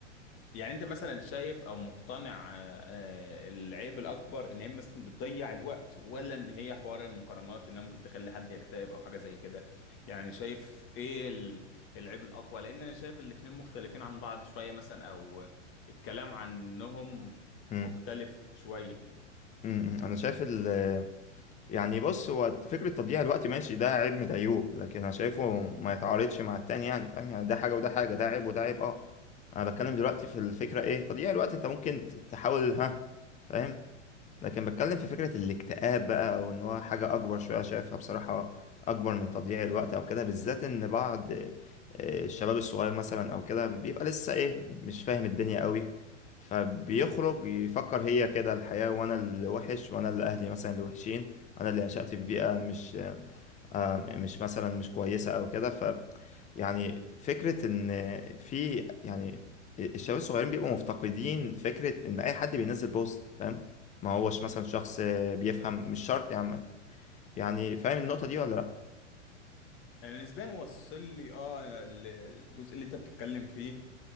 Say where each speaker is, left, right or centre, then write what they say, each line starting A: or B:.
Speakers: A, on the left; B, on the left.
A: يعني انت مثلا شايف او مقتنع آه، آه، العيب الاكبر ان هي مثلا بتضيع الوقت ولا ان هي حوار المقارنات انها ممكن تخلي حد يكتئب او حاجة زي كده يعني شايف ايه ال- العيب الاقوى لان انا شايف الاتنين مختلفين عن بعض شوية مثلا او الكلام عنهم
B: م-
A: مختلف شوية
B: م- م. أنا شايف ال يعني بص هو فكرة تضييع الوقت ماشي ده عيب من العيوب لكن أنا شايفه ما يتعارضش مع التاني يعني فاهم يعني ده حاجة وده حاجة ده عيب وده عيب أه أنا بتكلم دلوقتي في الفكرة إيه تضييع الوقت أنت ممكن ت- تحاول ها فاهم لكن بتكلم في فكرة الاكتئاب بقى او ان هو حاجة اكبر شوية شايفها بصراحة اكبر من تضييع الوقت او كده بالذات ان بعض آه، الشباب الصغير مثلا او كده بيبقى لسه ايه مش فاهم الدنيا قوي فبيخرج يفكر هي كده الحياة وانا اللي وحش وانا اللي اهلي مثلا اللي وحشين انا اللي نشأت في بيئة مش آه، مش مثلا مش كويسة او كده يعني فكرة إن في يعني الشباب الصغيرين بيبقوا مفتقدين فكرة إن أي حد بينزل بوست فاهم ما هوش مثلا شخص بيفهم مش شرط يعني يعني فاهم النقطة دي ولا لأ؟
A: انا نسبيا وصل لي اه ال- الجزء اللي انت بتتكلم فيه